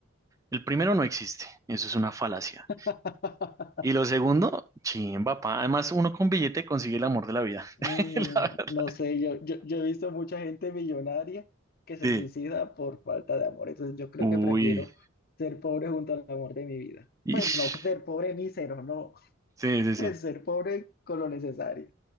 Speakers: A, on the right (about 15°); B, on the left (about 45°).
A: el primero no existe. Eso es una falacia.
B: <laughs>
A: Y lo segundo, chimba, pa. Además, uno con billete consigue el amor de la vida.
B: Mm,
A: <laughs> La verdad.
B: no sé, yo, yo, yo he visto mucha gente millonaria que se
A: Sí.
B: suicida por falta de amor, entonces yo creo
A: Uy.
B: que prefiero ser pobre junto al amor de mi vida.
A: Ish.
B: Pues no pues, ser pobre mísero, no, <laughs>
A: Sí, sí, sí.
B: pues ser pobre con lo necesario.